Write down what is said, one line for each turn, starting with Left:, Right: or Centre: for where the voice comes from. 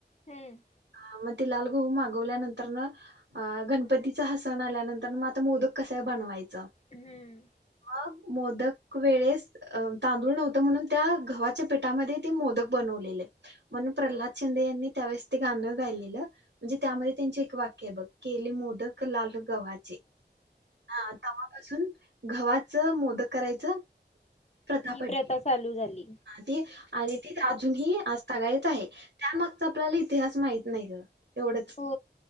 Left: हम्म.
Right: अं, मग लाल गहू मागवल्यानंतर गणपतीचं हसन आल्यानंतर मग आता मोदक कस बनवायच.
Left: हम्म
Right: मग मोदक वेळेस अ तांदूळ नव्हतं म्हणून त्या गव्हाच्या पिठामध्ये ते मोदक बनवलेले. म्हणून प्रल्हाद शिंदे यांनी त्यावेळेस ते गाणं गायलेलं म्हणजे त्यामध्ये त्यां एक वाक्य बघ. केलेले मोदक लाल गव्हाचे हा तेव्हापासून गव्हाचं मोदक करायचं. प्रतापटडी
Left: ही प्रथा चालू झाली.
Right: ती आणि ती राजून ही सगाळेत आहे त्यामागचा आपल्याला इतिहास माहीत नाही गं. एवढंच.
Left: हो